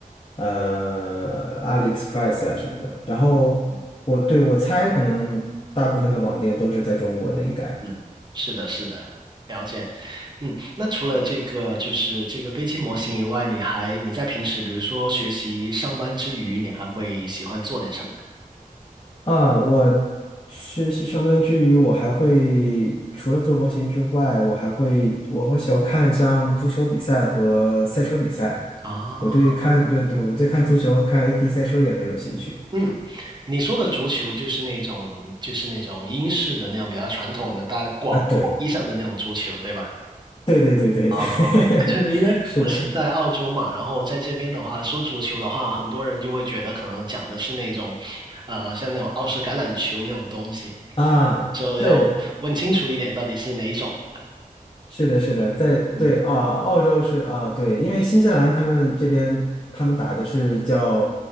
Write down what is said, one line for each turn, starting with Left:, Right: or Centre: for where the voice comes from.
Left: 呃，AliExpress 呀什么的。然后我对我猜，
Right: 嗯
Left: 可能大部分的网店都是在中国的，应该。
Right: 嗯，是的，是的，了解。嗯，那除了这个就是这个飞机模型以外，你还你在平时，比如说学习、上班之余，你还会喜欢做点什么呢？
Left: 啊，我学习上班之余，我还会除了做模型之外，我还会我我喜欢看像足球比赛和赛车比赛。
Right: 啊
Left: 我对看对对，我对看足球和看 f 一赛车也很有兴趣
Right: 嗯，你说的足球就是那种就是那种英式的那种比较传统的大广广义上的那种足球，
Left: 啊。对
Right: 对吧？
Left: 对对对对对，
Right: 啊，<laughs> 对对，
Left: <laughs>
Right: 因为我是在澳洲嘛，
Left: 是的
Right: 然后在这边的话，说足球的话，很多人就会觉得可能讲的是那种，呃，像那种澳式橄榄球那种东西，
Left: 啊，
Right: 就要问清楚一点到底是哪一种。
Left: 对。是的，是的，在对啊，
Right: 嗯
Left: 澳洲是啊，对，因为新西兰他们这边他们打的是叫